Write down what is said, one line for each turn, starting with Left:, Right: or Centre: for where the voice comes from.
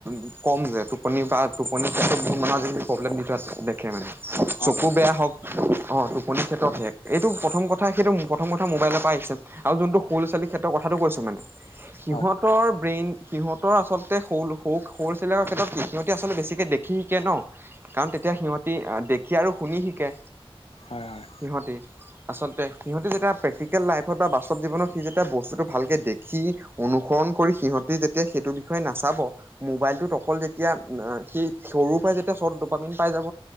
Right: উ কম যে টোপনি বা টোপনি ক্ষেত্ৰত বহুত মানহ প্ৰব্লেম দি থোৱা দেখে মানে চকু
Left: অ
Right: বেয়া হওক অ', টোপনিৰ ক্ষেত্ৰত হে এইটো প্ৰথম কথা সেইটো প্ৰথম কথা মোবাইলৰ পৰা আহিছে আৰু যোনটো সৰু ছোৱালী ক্ষেত্ৰৰ কথা ক কৈছো মানে সিহঁতৰ
Left: হয়
Right: ব্ৰেইন সিহত আচলতে স সৰু সৰু চেৰ ক্ষেত্ৰত সিহতি আচলতে বেছিকে দেখি শিকে ন কাৰণ তেতিয়া সিহঁতে দেখি আৰু শুনি শিকে
Left: হয় হয়
Right: সিহঁতি আচলতে সিহঁতে যেতিয়া প্ৰেক্টিকেল লাইফত বা বাস্তৱ জীৱনত সি যেতিয়া বস্তুটো ভালকে দেখি অনুসৰণ কৰি সিহঁতে যেতিয়া সেইটো বিষয়ে নাচাব মোবাইলটোত অকল যেতিয়া সেই সৰুৰ পৰাই যেতিয়া ৰ্চট ডপিন পাই যাব।